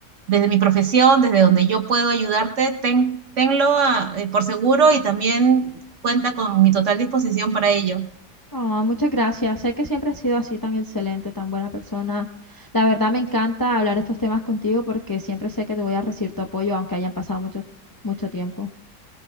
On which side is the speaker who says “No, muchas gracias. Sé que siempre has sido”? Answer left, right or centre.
Left